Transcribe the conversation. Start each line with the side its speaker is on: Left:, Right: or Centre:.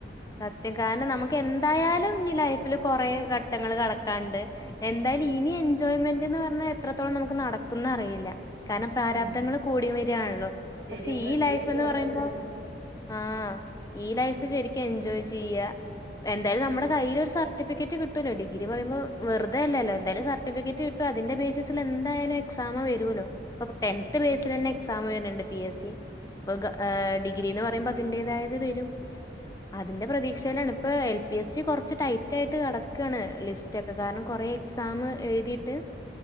Left: സത്യം കാരണം നമുക്ക് എന്തായാലും ഇനി ലൈ ഫില് കൊറേ ഘട്ടങ്ങള് കടക്കാണ്ട് എന്തായാലും ഇനി എൻജോയ്മെന്റ് എന്ന് പറഞ്ഞാ എത്രത്തോളം നമുക്ക് നടക്കും ന്ന് അറിയില്ല കാരണം പ്രാരാബ്ദങ്ങള്
Right: ഉം
Left: കൂടി വരിയാണല്ലോ
Right: ശരിയാ
Left: പക്ഷെ
Right: പ്രത്യേകിച്ച്
Left: ഈ ലൈഫ്
Right: ഗേൾസ്
Left: എന്ന് പറയുമ്പോ ആഹ് ഈ ലൈഫ് ശരി എൻജോയ് ചെയ്യാ എന്തായാലും നമ്മുടെ കയ്യിലൊരു സർട്ടിഫിക്കറ്റ് കിട്ടൊല്ലോ ഡിഗ്രി പറയുമ്പോ വെറുതെ അല്ലല്ലോ എന്തായാലും സർട്ടിഫിക്കറ്റ് കിട്ടും അതിന്റെ ബേസിൽ എന്തായാലും എക്സാം വരുല്ലോ ഇപ്പം ടെൻന്ത്‌ ബേസിൽ തന്നെ എക്സാം വരുന്നുണ്ട് പി എസ് സി ആഹ് ഡിഗ്രിന്ന് പറയുമ്പം അതിന്റെതായത് വരും അതിന്റെ പ്രതീക്ഷയിലാണ് ഇപ്പൊ എൽ പി എസ് റ്റി കൊറച്ച് ടൈറ്റ് ആയിട്ട് കെടകാണ് ലിസ്റ്റ് ഒക്കെ കാരണം കൊറെ എക്സാം എഴുതിയിട്ട്